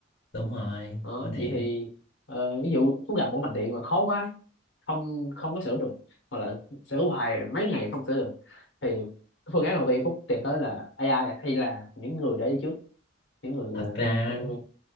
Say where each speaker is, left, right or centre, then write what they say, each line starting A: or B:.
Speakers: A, on the left; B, on the left.
A: đúng rồi
B: đó
A: mà đạn
B: vậy thì ờ, ví dụ Phúc gặp một mạch điện mà khó quá không không có sửa được hoặc là sửa hoài mấy ngày không sửa được thì cái phương án đầu tiên Phúc tìm tới là AI hay là những người đã đi trước những người
A: thật
B: ờ,
A: ra
B: trong ừ.